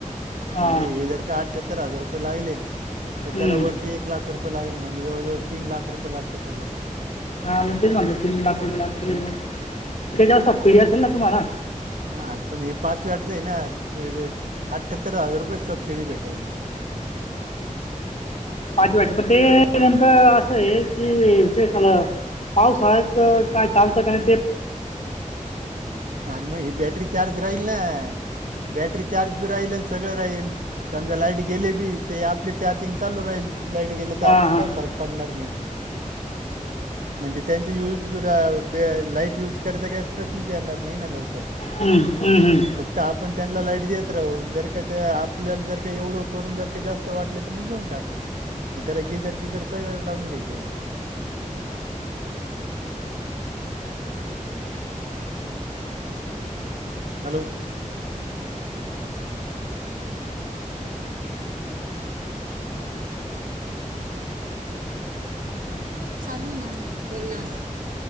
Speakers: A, on the left; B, on the right.
A: हा
B: म्हणजे हे जर का अठठ्यात्तर हजार रुपये लागले तर.
A: हम्म
B: त्याला वरती एक लाख रुपये लागल म्हनजे जवळवळ तीन रुपय लागतात सगंळ
A: हा मग तीन लाख रुपये लाख के
B: हां
A: बघ त्याच्यास्ता फिढी असेल ना तुम्हाला
B: आ पण हे पाच व आटत आहे ना अठ्यात्तर हजार रुपये सबसिडी भेट
A: पाच व्याचे पण ते नेमकं असं आहे कि ते झाल. पावसाळ्यात काय चालतं काय
B: आणि मग ही बॅटरी चार्ज राहील ना. बॅटरी चार्ज बी राहील आणि सगळं राहील. समजा लाईट गेले बी ते आपले चार्जिंग चालू राहील. लाईट गे तर
A: हां
B: आपल्याला
A: हां
B: काही फरक पडणार नाही म्हणजे त्यां यज. ते लाईट युज करायचा काही प्रश्नच येणार नाही ना लवकर.
A: हम्म हम्म हम्म
B: फक्त आपण त्यांना लाईट देत राहू जर का आपल्याला जर का एवढं करून जर का जास्त. वाटले तर मग घेऊन टाकू मग त्याला गिजर बिजर सगळ्या लावून घ्यायचे. हॅलो! <inaudible> चालू आहे ना बोल ना